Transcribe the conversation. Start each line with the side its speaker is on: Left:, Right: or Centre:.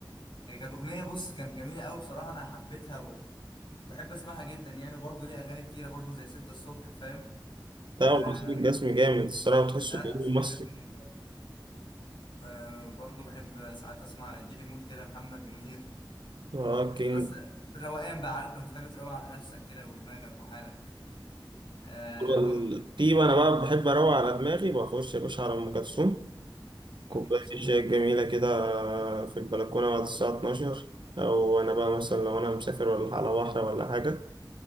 Left: هي كانت أغنية بص كانت جميلة أوي بصراحة أنا حبيتها وبحب اسمعها جدا يعني وبرضه ليه اغاني كتيره برضه زي ستة الصبح فاهم
Right: لا
Left: آه
Right: وحسين الجسمي جامد الصراحة وتحسه
Left: لا
Right: كأنه
Left: لا حسين
Right: مصري،
Left: الجسمي يعني آه برضه بحب ساعات اسمع جيلي مود كده محمد منير
Right: أه
Left: آه،
Right: كينج
Left: ده بس في الروقان بقى عارف لما تحب تروق على نفسك كده ودماغك وحالك آه برضه
Right: والتي وانا بقى بحب اروق على دماغي بخش يا باشا على ام كلثوم كوبايه
Left: ام كلثوم
Right: الشاي الجميله كده في البلكونه بعد الساعه 12 او انا بقى مثلا لو انا مسافر ولا على بحر ولا حاجه